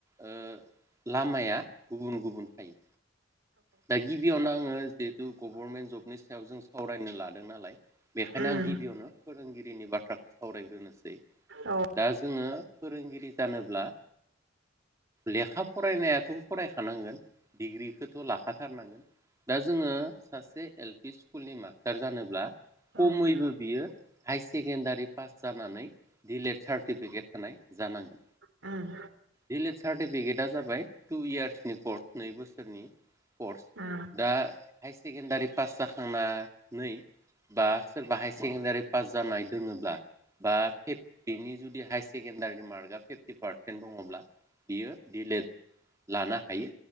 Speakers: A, on the right; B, on the right.
A: ओ लामाया गुबुन गुबुन थायो दा गिबियावनो आङो जिहेथु गभर्नमेन्ट जबनि सायाव जों सावरायनो लादों नालाय बेखायनो
B: उम
A: आं गिबियावनो फोरोंगिरिनि बाथ्राखौ सावरायग्रोनोसै
B: औ
A: दा जोङो फोरोंगिरि जानोब्ला लेखा फरायनायाथ' फरायखानांगोन डिग्रिखोथ' ला खाथारनांगोन दा जोङो सासे एल पि स्कुलनि मास्टार जानोब्ला
B: उम
A: खमैबो बियो हाय सेकेण्डारि पास जानानै दिलेट सार्टिफिकेट थानाय जा जानांगोन।
B: ओम
A: दिलेट सार्टिफिकेटआ जाबाय टु इयार्सनि कर्स नै बोसोरनि। कर्स
B: उम
A: दा हायार सेकेण्दारि पास जाखांनानै बा सोरबा हायार सेकेण्डारि पास जानाय दोङोब्ला बा बेनि जुदि हायार सेकेणडारिनि मार्कआ फिफ्टि पारसेन्ट दङब्ला बियो डिलेट लानो हायो